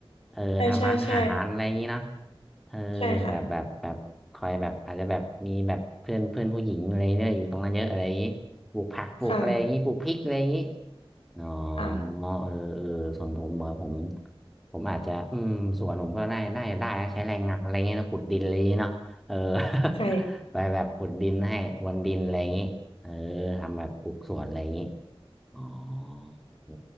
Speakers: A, in the centre; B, on the left.
A: เออทำอาหารอะไรอย่างนี้เนาะ
B: ใช่ใช่ใช่
A: เออ
B: ใช่ค่ะ
A: แบบแบบแบบคอยแบบอาจจะแบบมีแบบเพื่อนเพื่อนผู้หญิงอะไรเนี่ยอยู่ตรงนั้นเยอะอะไรอย่างนี้ปลูกผักปลูกอะไรอย่างนี้ปลูกพริกอะไรอย่างนี้
B: ค่ะ
A: อ๋อ
B: ค่ะ
A: เออเออส่วนผมเหรอผมผมอาจจะอืมสวนผมก็ได้ได้ได้นะใช้แรงงานอะไรเงี้ยนะขุดดินอะไรเงี้ยเนาะเออ
B: ใช่
A: <laughs> ไปแบบขุดดินให้พรวนดินอะไรอย่างงี้เออทำแบบปลูกสวนอะไรอย่างงี้อ๋อเออ